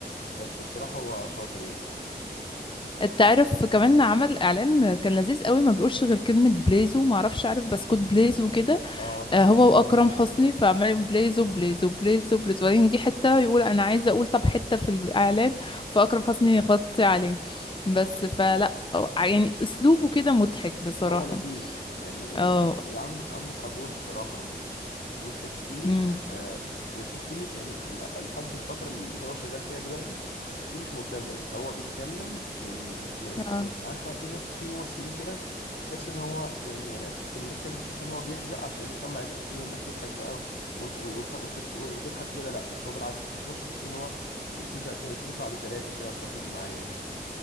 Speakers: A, on the left (about 80°); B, on the left (about 30°).
A: بس بصراحه هو شاطر يعني
B: تعرف كمان عمل اعلان كان لذيذ قوي ما بيقولش غير كلمه بليزو ما اعرفش عارف بسكوت بليزو كده
A: اه اكتشف
B: آه، هو
A: الكلام
B: واكرم
A: ده
B: حسني فعمال يقول بليزو بليزو بليزو بليزو وبعدين يجي حته يقول انا عايزه اقول طب حته في الاعلان فاكرم حسني يغطي عليه بس فلا أو- يعني اسلوبه كده مضحك بصراحه
A: هو لذيذ يعني ما-
B: اه
A: عنده عنده قبول بصراحه يعني وتحسيه
B: أمم.
A: آه وتحسيه م- يعني م- لحد الفترة اللي هو شغال فيها دلوقتي تحسيه مش مبتذل هو بيتكلم يعني م- م-
B: آه.
A: م- عارفة في ناس في ممثلين كده تحس ان هو يعني انا اسف في الكلمة تحس ان هو بيحزق عشان يطلع الافيه والناس تضحك بقى وت وت وت وتضحك وكده لا هو بالعكس مصطفى بحس ان هو الافيه بقى- الافيه بيطلع بسلاسة كده وسهل معاه يعني